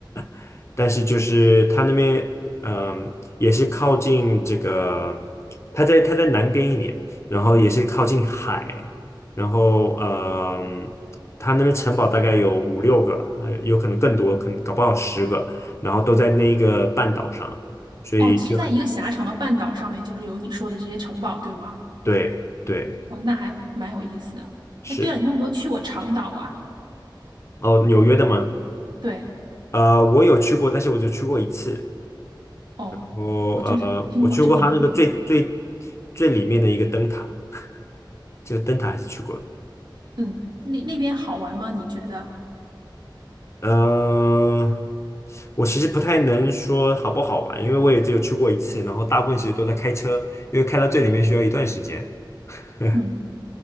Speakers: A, on the left; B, on the right.
A: <laughs> 但是就是他那边嗯也是靠近这个，他在他在南边一点，然后也是靠近海，然后嗯，他那边城堡大概有五六个，还有有可能更多，可能搞不好十个，然后都在那个半岛上，所以就
B: 哦，是在一个狭长的半岛上面，就是有你说的这些城堡，对吗？
A: 对对
B: 哦，那还蛮有意思的。
A: 是
B: 哎，对了，你有没有去过长岛啊？
A: 哦，纽约的吗？
B: 对，
A: 呃，我有去过，但是我就去过一次。
B: 哦，
A: 我呃，
B: 我就是听过这个名字。
A: 我去过它那个最最最里面的一个灯塔，这个灯塔还是去过的。
B: 嗯，那那边好玩吗？你觉得？
A: 嗯、我其实不太能说好不好玩，因为我也只有去过一次，然后大部分其实都在开车，因为开到最里面需要一段时间。<laughs>
B: 嗯。